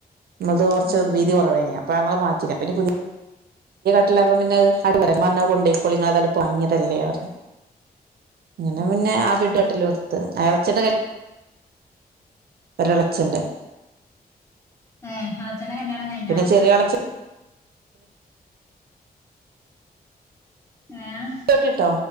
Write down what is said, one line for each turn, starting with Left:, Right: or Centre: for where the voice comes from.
Right: മ്മൾത് കൊർച്
Left: ആ
Right: ത് വീതി
Left: ആ
Right: കൊറവേയ്നിം അപ്പൊ ങ്ങൾ മാറ്റീല പിന്നെ പുതി ട്ടിലാവുമ്പം പിന്നെ അ <unintelligible> മ്മർഞ്ഞ് അത് കൊണ്ടെയ്ക്കോളി ങ്ങ തായാലും പ്പൊ വാങ്ങിയേതല്ലേ ർഞ്ഞ് അങ്ങനെ
Left: ഉം
Right: പിന്നെ
Left: ഉം
Right: ആ ബെഡ്ഡു കട്ടിലെട്ത്ത് എളച്ചന്റെ കല്യാണ ഒരെളച്ചന്റെ
Left: ഏഹ് എളച്ചന്റെ കല്യാണം കഴിഞ്ഞാ
Right: പിന്നെ ചെറിയ എളച്ചൻ
Left: ങ്ങേഹ്
Right: <unintelligible> ട്ടോ